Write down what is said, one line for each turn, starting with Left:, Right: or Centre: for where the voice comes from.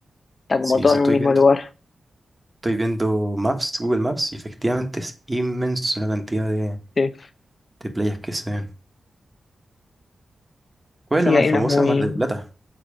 Left: Está
Right: Sí,
Left: como todo
Right: eso
Left: en
Right: estoy
Left: un mismo
Right: viendo.
Left: lugar.
Right: Estoy viendo Maps, Google Maps, y efectivamente es inmenso la cantidad de,
Left: Sí,
Right: de playas que se ven. ¿Cuál
Left: Sí,
Right: es la más
Left: hay
Right: famosa?
Left: unas muy,
Right: Mar del Plata.